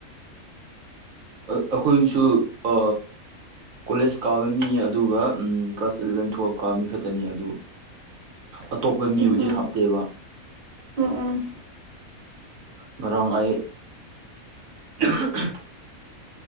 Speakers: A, on the right; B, on the right.
A: ꯑꯩꯈꯣꯏꯁꯨ ꯑ ꯀꯣꯂꯦꯖ ꯀꯥꯕ ꯃꯤ ꯑꯗꯨꯒ ꯎꯝ ꯀ꯭ꯂꯥꯁ ꯏꯂꯕꯦꯟ ꯇꯨꯌꯦꯜꯞꯀ ꯃꯤꯈꯠꯇꯅꯤ ꯑꯗꯨ ꯑꯇꯣꯞꯄ ꯃꯤꯕꯨꯗꯤ
B: ꯎꯝ ꯎꯝ
A: ꯍꯥꯞꯇꯦꯕ
B: ꯎꯝ ꯎꯝ
A: ꯉꯔꯥꯡ ꯑꯩ ꯑ <unintelligible>